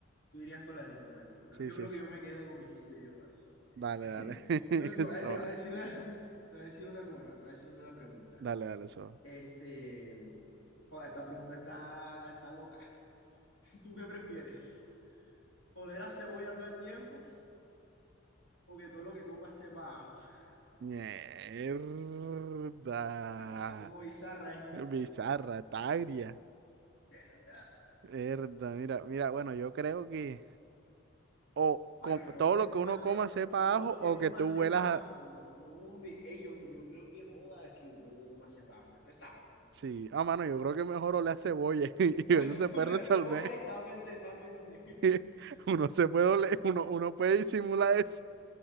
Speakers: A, on the left; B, on the right.
A: Tú irías con la del instrumento. Yo,
B: Sí,
A: yo
B: sí,
A: creo que
B: sí.
A: yo me quedo con mis cinco idiomas.
B: Dale,
A: <laughs>
B: dale. <laughs>
A: Bueno, te
B: Eso
A: voy a, te voy
B: va.
A: a decir una, te voy a decir una nueva, te voy a decir una nueva pregunta.
B: Dale, dale, eso va.
A: Este, joder, esta pregunta está, está loca. <laughs> ¿Tú qué prefieres? ¿Oler a cebolla todo el tiempo o que todo lo que comas sepa a ajo? <laughs>
B: Mierda.
A: Está como bizarra esta.
B: Bizarra, tagria.
A: Mierda.
B: Mierda, mira, mira, bueno, yo creo que o
A: Pa,
B: com-
A: que todo
B: todo
A: lo
B: lo
A: que comas
B: que uno
A: se,
B: coma sepa
A: que todo
B: a ajo
A: lo que
B: o
A: comas
B: que tú huelas
A: sepa a
B: a...
A: ajo, mano. No, hombre. Ey, yo, yo creo que joda, es que todo lo que comas sepa a ajo. Es pesado.
B: Sí, ah, mano, yo creo que mejor oler a cebolla <laughs> y
A: <laughs>
B: eso se puede
A: Oler
B: resolver.
A: a cebolla y tápense, tápense. <laughs>
B: <laughs> Uno se puede,
A: Joda.
B: ole- uno, uno puede disimular eso.